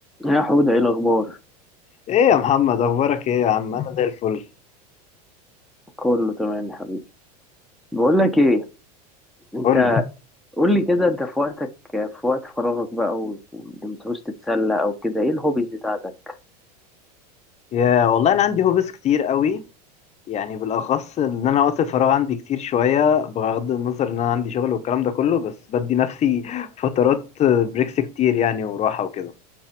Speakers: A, in the centre; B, on the left (about 35°).
A: يا حودة ايه الاخبار
B: ايه يا محمد اخبارك ايه يا عم انا زي الفل
A: كله تمام يا حبيبي بقول لك ايه انت
B: قول لي
A: قول لي كده انت في وقتك في وقت فراغك بقى و- ولما تعوز تتسلى او كده ايه الهوبيز بتاعتك
B: يا والله انا عندي هوبس كتير قوي يعني بالاخص ان انا وقت الفراغ عندي كتير شويه بغض النظر ان انا عندي شغل والكلام ده كله بس بدي نفسي فترات بريكس كتير يعني وراحه وكده